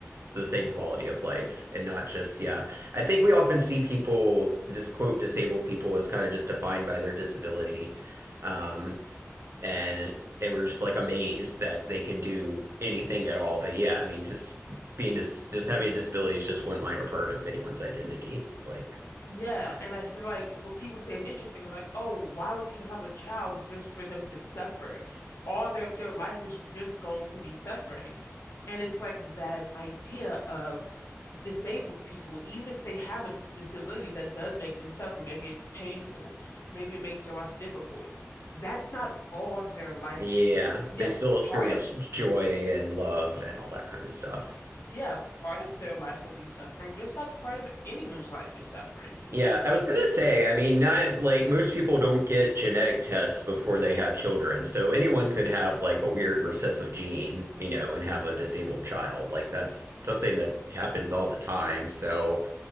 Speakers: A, on the right; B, on the left.
A: the same quality of life and not just yeah. I think we often see people just quote disabled people as kind of just defined by their disability. Um, and they were just like amazed that they could do anything at all. But yeah, I mean, just being just just having a disability is just one minor part of anyone's identity. Like,
B: Yeah,
A: uh,
B: and I feel like what people say is interesting, like, oh, why would you have a child just for them to suffer? All their their life is just going to be suffering. And it's like that idea of disabled people, even if they have a disability that does make them suffer, maybe it's painful, maybe
A: yeah.
B: it makes their life difficult. That's not all that their life
A: yeah,
B: is. Yes,
A: they still experience
B: part of,
A: joy and love and all that kind of stuff.
B: yeah, part of their life will be suffering, just like part of anyone's life is suffering.
A: Yeah,
B: But
A: I was gonna
B: pe
A: say, I mean, not like most people don't get genetic tests before they have children, so anyone could have like a weird recessive gene, you know, and have a disabled child. Like that's something that happens all the time. So